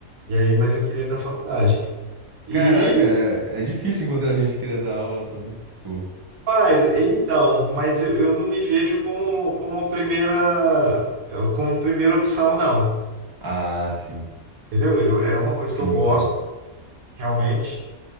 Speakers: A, on the right (about 80°); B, on the right (about 20°).
A: E aí, mas eu queria ir na faculdade. E,
B: Caraca, é, é difícil encontrar gente que queira dar aula, sabe? Tipo.
A: mas, então, mas eu, eu não me vejo como, como primeira, como primeira opção, não.
B: Ah, sim.
A: Entendeu? Eu, é uma coisa
B: Sim,
A: que eu gosto,
B: sim.
A: realmente,